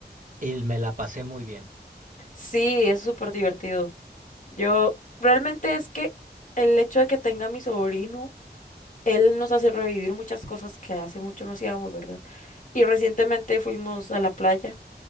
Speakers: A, on the right; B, on the left.
A: y me la pasé muy bien.
B: Sí, es súper divertido. Yo, realmente es que el hecho de que tenga a mi sobrino, él nos hace revivir muchas cosas que hace mucho no hacíamos, ¿verdad? Y recientemente fuimos a la playa